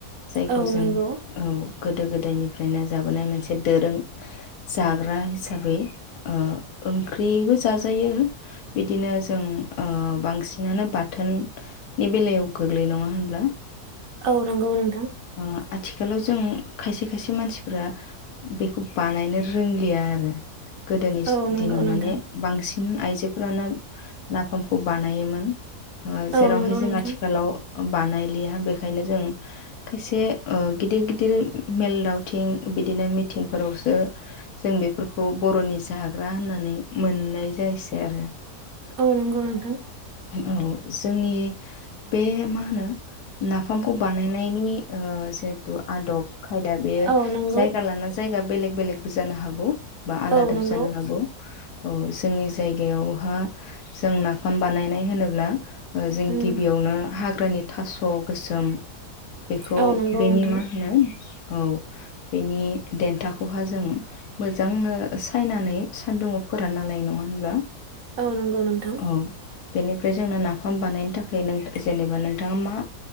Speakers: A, on the left (about 75°); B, on the right (about 65°).
A: जायखौ
B: औ
A: जों
B: नंगौ
A: औ गोदो गोदायनिफ्रायनो जाबोनाय मोनसे दोरों जाग्रा हिसाबै ओ ओंख्रिबो जाजायो बिदिनो जों ओ बांसिनानो बा बाथोननि बेलायाव गोग्लैयो नङा होनब्ला
B: औ नोंगौ नोंथां।
A: ओ आथिखालाव जों खायसे खायसे मानसिफोरा बेखौ बानायनो रोंलिया आरोना गोदोनि
B: औ नंगौ
A: दिनाव
B: नोंथां
A: माने बांसिन उ आइजो फोराना नाफाम खौ बानायोमोन। ओ
B: औ
A: जेरावहाय
B: नंगौ
A: जों
B: नोंथां
A: आथिखालाव बानायलिया बेखायनो जों खायसे ओ गिदिर गिदिर मेल दावथिं बिदिनो मिथिंफोरावसो जों बेफोरखौ बर'नि जाग्रा होननानै मोननाय जायसै आरो
B: औ नंगौ नोंथां।
A: औ जोंनि बे मा होनो नाफामखौ बानायनायनि ओ जिहेथु आदब खायदा बेयो
B: औ नंगौ
A: जायगा लाना जाय बेलेग बेलेगबो जानो हागौ। बा आलादाबो
B: औ नंगौ
A: जानो हागौ। औ जोंनि जायगायावहा जों नाफाम बानायनाय होनोब्ला ओ जों
B: उम
A: गिबियावनो हाग्रानि थास' गोसोम बेखौ
B: औ नंगौ
A: बेनि
B: नोंथां
A: मा होनो औ बेनि देन्थाखौहा जों मोज जांनो सायनानै सान्दुङाव फोरानना लायो नङा होनबा
B: औ नंगौ नोंथां
A: औ बेनि ओमफाय जोंनो नाफाम बानायनो थाखाय नों जेनेबा नोंथाङा मा